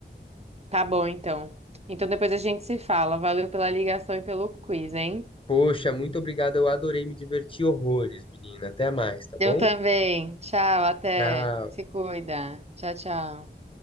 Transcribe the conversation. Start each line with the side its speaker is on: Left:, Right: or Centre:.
Right: Tá bom, então. Então depois a gente se fala. Valeu pela ligação e pelo quiz, hein?
Left: Poxa, muito obrigado. Eu adorei me diverti. horrores, menina. Até mais, tá bom?
Right: Eu também. Tchau, até.
Left: Tchau.
Right: Se cuida. Tchau, tchau.